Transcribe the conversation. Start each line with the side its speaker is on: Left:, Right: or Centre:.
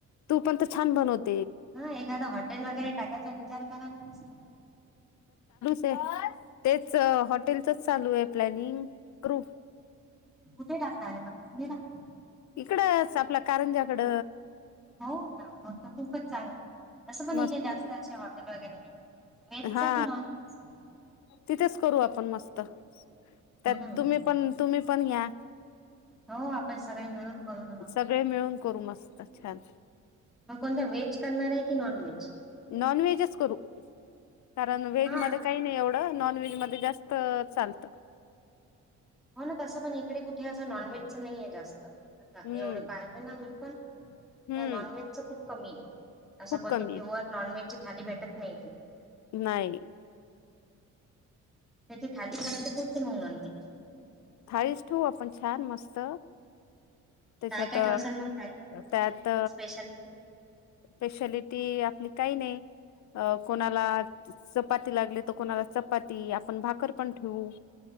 Left: तू पण तर छान बनवत
Centre: हा एखादा हॉटेल वगैरे टाकायचा विचार करालाना मस्त.
Left: ते तेच हॉटेलचच चालू आहे प्लॅनिंग कृप
Centre: कुठे टाखणार आहे म <unintelligible>
Left: तिकडचं आपल्या कारंजाकड.
Centre: हो का मग त खूपच छान असं पण
Left: मस्त
Centre: इथे जास्त असे हॉटेल वगैरे नाही. व्हेजच
Left: हा
Centre: की नॉन व्हेजच.
Left: तिथेच करू आपण मस्त त्यात
Centre: हम्म
Left: तुम्ही पण तुम्ही पण या.
Centre: हो आपण सगळे मिळून करू ना मग.
Left: सगळे मिळून करू मस्त छान.
Centre: मग कोणता व्हेज करणार आहे की नॉन व्हेज?
Left: नॉन व्हेजच करू. कारण व्हेज
Centre: हा
Left: मध्ये काही नाही एवढं नॉन व्हेज मध्ये जास्त चालत.
Centre: हो ना तसं पण इकडे कुठे अस नॉनव्हेजच नाहीे जास्त आता
Left: हम्म
Centre: एवढे पाहिले ना मी पण तर
Left: हम्म
Centre: नॉनव्हेज च खूप कमी हे असं
Left: खूप
Centre: कोणतं
Left: कमी
Centre: प्युअर नॉनव्हेज खाली भेटत नाही इथे.
Left: नाही.
Centre: त्याच्या थाळी ठेवणार <unintelligible>
Left: थाळीच ठेवू आपण छान मस्त. त्याच्यात
Centre: काय काय ठेवसाल मग थाळीमध्ये तुमच्या
Left: त्यात
Centre: स्पेशालिटी?
Left: स्पेशली ती आपली काही नाही अ कोणाला चपाती लागली तर कोणाला चपाती, आपण भाकर पण ठेवू.